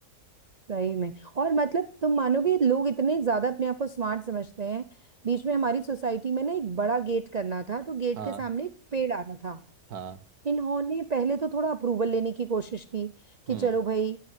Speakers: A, on the right; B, on the right.
A: सही में और मतलब तुम मानोगे लोग इतने ज्यादा अपने आप को स्मार्ट समझते हैं बीच में हमारी सोसाइटी में ना एक बड़ा गेट करना था तो गेट
B: हाँ
A: के सामने एक पेड़ आना था
B: हाँ
A: इन्होंने पहले तो थोड़ा अप्रूवल लेने की कोशिश की कि
B: हम्म
A: चलो भाई